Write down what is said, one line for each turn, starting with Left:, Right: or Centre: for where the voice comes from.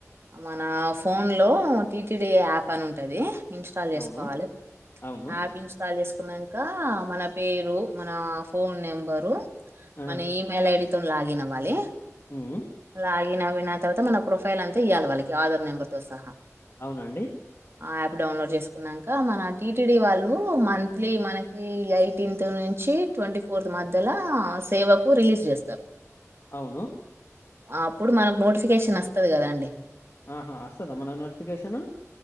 Right: మన ఫోన్ లో టీటిడి యాప్ అని ఉంటది ఇన్స్టాల్ చేసుకోవాలే
Left: అవును అవును
Right: యాప్ ఇన్స్టాల్ చేస్ కున్నంక మన పేరు, మన ఫోన్ నెంబరు,
Left: ఆ
Right: మన ఇమెయిల్ ఐడి తోని లాగిన్ అవ్వాలి
Left: ఉమ్
Right: లాగిన్ అయిన తర్వాత మన ప్రొఫైల్ అంత్ ఇయాలి వాళ్ళకి ఆధార్ నెంబర్తో సహా
Left: అవునండి
Right: యాప్ డౌన్లోడ్ చేసుకున్నాక మన టీటిడీ వాళ్ళు మంత్లీ మనకి ఎయిటీన్త్ ను ఇచ్చి ట్వీ ఫోర్త్ మధ్యలో సేవకు రిలీజ్ చేస్తారు
Left: అవును
Right: అప్పుడు మనకు నోటిఫికేషన్ వస్తది కదా అండి
Left: ఆహా అస్తద మన నోటిఫికేషన్